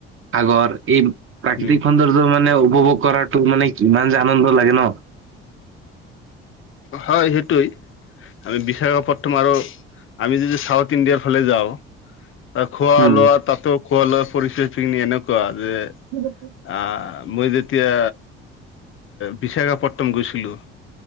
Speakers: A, on the right; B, on the left.
A: সাগৰ এই প্ৰাকৃতিক
B: উম
A: সৌন্দৰ্য মানে উপভোগ কৰাটো মানে কিমান যে আনন্দ লাগে ন।
B: হয় সেইটোৱেই। আমি বিশখাপট তোমাৰ আৰু আমি যদি চাউথ ইণ্ডিয়াৰ ফালে যাওঁ খোৱা
A: উম
B: লোৱা তাতো খোৱা লোৱা <unintelligible> এনেকুৱা যে
A: <unintelligible>
B: আ মই যেতিয়া বিশাখাপটনম গৈছিলোঁ